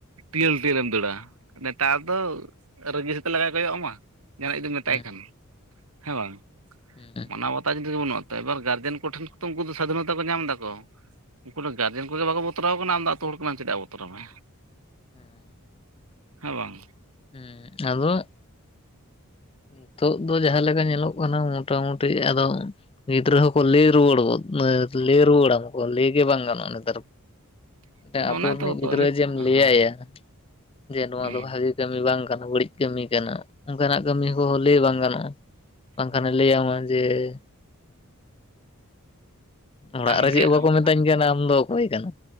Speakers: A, on the right; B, on the left.
A: ᱴᱤᱭᱟᱹᱞ ᱴᱤᱭᱟᱹᱞᱮᱢ ᱫᱟᱹᱲᱟ ᱱᱮᱛᱟᱨ ᱫᱚ ᱨᱟᱹᱜᱤ ᱥᱮᱛᱟ ᱞᱮᱠᱟᱭ ᱠᱚᱭᱚᱜ ᱟᱢᱟ ᱡᱟᱦᱟᱱᱟᱜ ᱡᱩᱫᱤᱢ ᱢᱮᱛᱟᱭ
B: ᱦᱮᱸ
A: ᱠᱷᱟᱱ ᱦᱮᱸ ᱵᱟᱝ
B: ᱦᱮᱸ
A: ᱢᱟᱱᱟᱣ ᱵᱟᱛᱟᱣ ᱡᱤᱱᱤᱥ ᱵᱟᱹᱱᱩᱜ ᱟᱛᱚ ᱮᱵᱟᱨ ᱜᱟᱨ ᱜᱟᱨᱡᱮᱱ ᱠᱚᱴᱷᱮᱱ ᱦᱚᱸ ᱛᱚ ᱩᱝᱠᱩ ᱫᱚ ᱥᱟᱫᱷᱤᱱᱚᱛᱟ ᱠᱚ ᱧᱟᱢ ᱫᱟᱠᱚ ᱩᱝᱠᱩ ᱨᱮᱱ ᱜᱟᱨᱡᱮᱱ ᱠᱚᱜᱮ ᱵᱟᱠᱚ ᱵᱚᱛᱚᱨᱟᱠᱚ ᱠᱟᱱᱟ ᱟᱢ ᱫᱚ ᱟᱛᱳ ᱦᱚᱲ ᱠᱟᱱᱟᱢ ᱪᱮᱫᱟᱜᱼᱮ ᱵᱚᱛᱚᱨᱟᱢᱟ
B: ᱦᱮᱸ
A: ᱦᱮᱸ ᱵᱟᱝ
B: ᱦᱮᱸ ᱟᱫᱚ ᱱᱤᱛᱚᱜ ᱫᱚ ᱡᱟᱦᱟᱸᱞᱮᱠᱟ ᱧᱮᱞᱚᱜ ᱠᱟᱱᱟ ᱢᱚᱴᱟᱢᱩᱴᱤ ᱟᱫᱚ ᱜᱤᱫᱽᱨᱟᱹ ᱦᱚᱸ ᱠᱚ ᱞᱟᱸᱭᱮᱴ ᱨᱩᱣᱟᱹᱲ ᱜᱚᱫ ᱮᱸ ᱞᱟᱹᱭ ᱨᱩᱣᱟᱹᱲᱟ ᱠᱚ ᱞᱟᱹᱭ ᱜᱮ ᱵᱟᱝ ᱜᱟᱱᱚᱜᱼᱟ ᱱᱤᱛᱟᱨ
A: <inaudible>
B: ᱥᱮ ᱟᱛᱳ ᱨᱤᱱᱤᱡ
A: ᱛᱚ
B: ᱜᱤᱫᱽᱨᱟᱹ
A: ᱱᱤᱛ
B: ᱡᱮᱢ ᱞᱟᱹᱭᱟᱭᱟ
A: ᱦᱚᱸ
B: ᱡᱮ ᱱᱚᱣᱟ
A: ᱦᱩᱸ
B: ᱫᱚ ᱵᱷᱟᱜᱮ ᱠᱟᱹᱢᱤ ᱵᱟᱝ ᱠᱟᱱᱟ ᱵᱟᱹᱲᱤᱡ ᱠᱟᱹᱢᱤ ᱠᱟᱱᱟ ᱚᱝᱠᱟᱱᱟᱜ ᱠᱟᱹᱢᱤ ᱦᱚᱸ ᱞᱟᱹᱭ ᱵᱟᱝ ᱜᱟᱱᱚᱜᱼᱟ ᱵᱟᱝᱠᱷᱟᱱᱮ
A: ᱦᱩᱸ
B: ᱞᱟᱹᱭ ᱟᱢᱟ ᱡᱮ- ᱚᱲᱟᱜ
A: ᱟᱢᱜᱮ
B: ᱨᱮ ᱪᱮᱫ ᱦᱚᱸ ᱵᱟᱠᱚ
A: ᱟᱢ
B: ᱢᱮᱛᱟᱹᱧ ᱠᱟᱱᱟ ᱟᱢ ᱫᱚ ᱚᱠᱚᱭ ᱠᱟᱱᱟᱢ